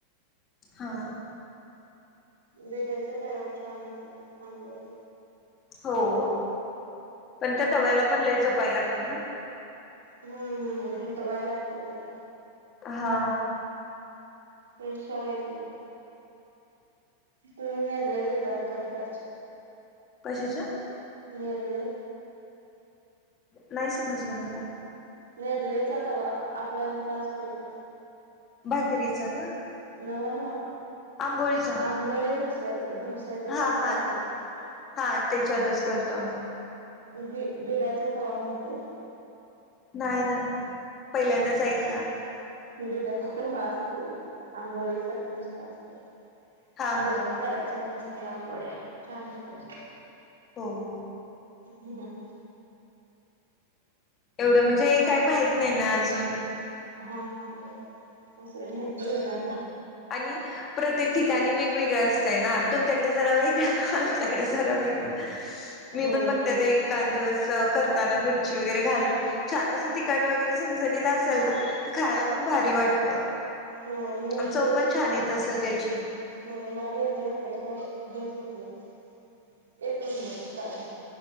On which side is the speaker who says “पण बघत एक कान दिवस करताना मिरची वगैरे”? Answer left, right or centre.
Left